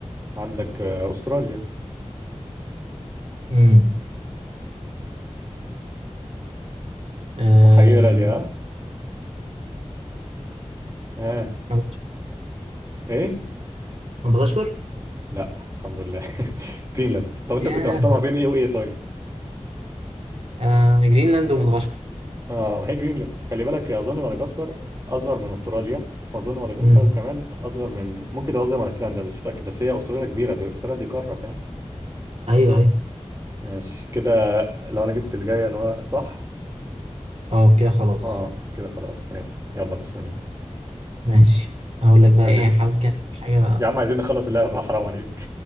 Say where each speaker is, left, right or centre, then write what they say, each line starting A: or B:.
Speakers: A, on the right; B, on the right.
A: عندك آه، استراليا
B: امم آه،
A: محيره دي ها اه
B: مدغشقر
A: ايه
B: مدغشقر
A: لا الحمد لله <laughs> جرينلاند طب انت
B: ياه
A: كنت محتار ما بين ايه وايه طيب
B: آه، جرينلاند ومدغشقر
A: اه ما هي جرينلاند خلي بالك اظن مدغشقر اصغر من استراليا واظن مدغشقر
B: ياه
A: كمان اصغر من ممكن تبقى اصغر من ايسلندا مش متاكد بس هي استراليا كبيره دي استراليا دي قاره فاهم
B: ايوه ايوه
A: ماشي كده لو انا جبت اللي جايه اللي هو صح
B: اه كده خلاص
A: اه كده خلاص ماشي يلا بسم الله
B: ماشي هقول لك بقى
A: عايزين
B: ايه حاول كده حاجه
A: يا عم عايزين نخلص اللعبه بقى، حرام عليك